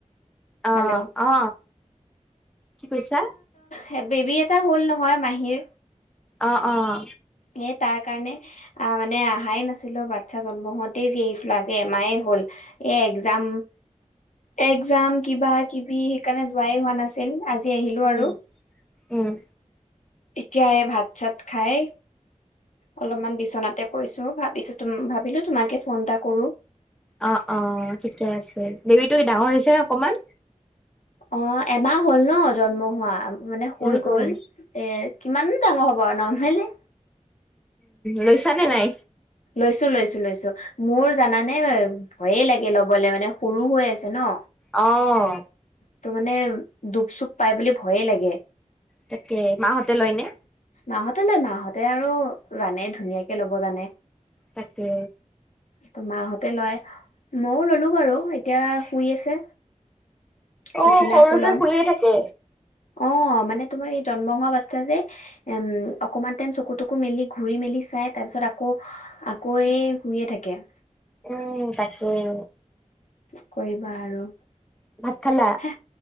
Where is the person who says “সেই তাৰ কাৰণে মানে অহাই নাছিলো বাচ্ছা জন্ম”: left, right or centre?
Left